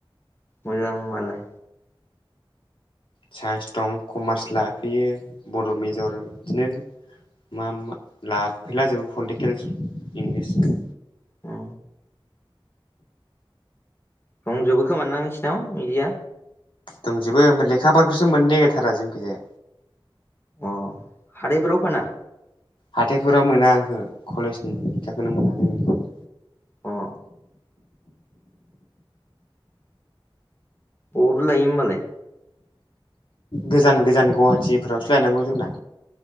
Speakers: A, on the left; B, on the left.
A: मोजां होनबालाय
B: साइन्स दं कमार्स लाफैयो बड' मेजर बिदिनो मा मा लाफैला जोबो पलिटिकेल <inaudible>
A: औ रदंजोबो खोमा ना नोंसोरनाव बिदिया
B: दंजोबो ओफ्राय लेखाफोरखौसो मोननो नागिरथारा जोंनिथिंजाय
A: अ हाथायफोराव फाना
B: हाथायफोराव मोना <inaudible> कलेजनि लेखाखौनो मोना जोंनि-
A: औ अबावथो लायोमोन ओमबालाय
B: गोजान गोजान गुवाहाटिफोरावसो लायनांगौ जोंना